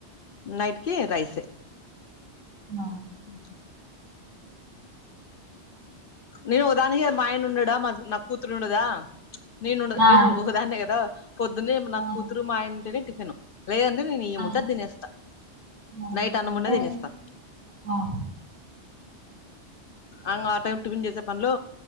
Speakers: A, on the left; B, on the right.
A: నైట్ కి రైసే
B: నా
A: ఉ నేను ఓదానికి మా ఆయన ఉండడా మా నా కూతురు ఉండద నేను
B: ఆ
A: నేను ఒకదాన్నే కదా పొద్దునే నా
B: ఆ,
A: కూతురు మా ఇంటిని టిఫిన్ లేదంటే నేను ఏముంటే
B: ఆ,
A: ఆది తినేస్తా
B: ఆ,
A: నైట్ అన్నం
B: అంతేలే
A: ఉన్న తినేస్తా
B: ఆ
A: అంగ ఆ టైం టిఫిన్ చేసే పనిలో